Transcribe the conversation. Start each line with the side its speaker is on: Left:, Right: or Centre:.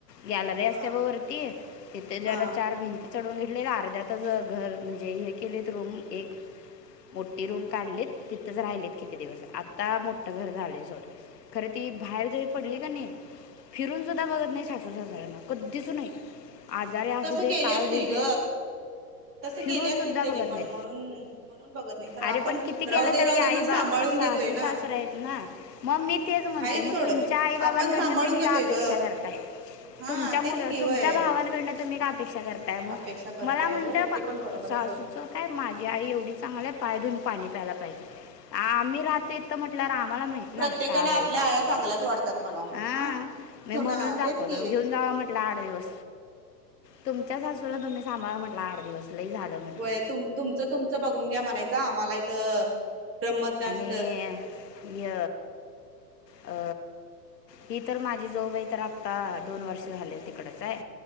Left: गॅलरी असते
Right: हा
Left: बघ वरती तिथे जरा
Right: हा
Left: चार भिंती चढून घेतलेत अर्ध्यातच घर म्हणजे हे केलेत रूम एक मोठे रूम
Right: हम्म
Left: काढलेत तिथंच राहिलेत किती दिवस आता मोठं घर झालंय सोड खरं ती बाहेर जरी पडली कणी फिरून सुद्धा बघत नय सासू सासऱ्यांना कधीच नाही आजार असू
Right: तसं
Left: दे
Right: केले
Left: काय
Right: असतील
Left: होऊदे
Right: ग तसं
Left: फिरून
Right: केले असतील
Left: सुद्धा
Right: त्यांनी
Left: बघत
Right: पण
Left: नाहीत
Right: म्हणून म्हणून बघत नाही खरं आपण
Left: अरे पण किती
Right: राहू
Left: केलं
Right: दे
Left: तरी
Right: राहू
Left: आई
Right: दे म्हण
Left: बा
Right: सांभाळून
Left: सासू सासू
Right: घेतोय ना
Left: सासरे आहेत ना मग मी तेच म्हणते
Right: हाच
Left: मग
Right: सोड
Left: तुमच्या आई बाबांकडन
Right: आपण सांभाळून
Left: तुम्ही
Right: घेतोय
Left: काय अपेक्षा
Right: ग
Left: करताय
Right: हा
Left: तुमच्या मुलं
Right: तेच कि व्हय
Left: तुमच्या भावांनकडन अपेक्षा करताय मग
Right: अपेक्षा करताय
Left: मला म्हणत
Right: होय ते पण बरोबर आहे
Left: सासूचं
Right: सोड
Left: काय माझी आई एवढी चांगली आहे पायधून पाणी प्यायला पाहिजे आम्ही राहते इथे म्हणल्यावर आ मला माहित
Right: प्रत्येकाला
Left: ना काय हाय
Right: आपल्या
Left: सासू
Right: आया चांगल्याच
Left: ते
Right: वाढतात म्हणाव
Left: आ
Right: हा
Left: मी
Right: सुना
Left: म्हणून दाखवल
Right: तेच की
Left: घेऊन जावा म्हटलं आठ दिवस तुमच्याच सासूला तुम्ही सांभाळ म्हटलं आठ दिवस लई झालं म्हटलं
Right: होय त तुमचं तुमचं बघून घ्या म्हणायचं आम्हाला इथं ब्रम्हज्ञान
Left: ऐ य अ ही तर माझी जाऊबाई तर आत्ता दोन वर्ष झाले तिकडच हाय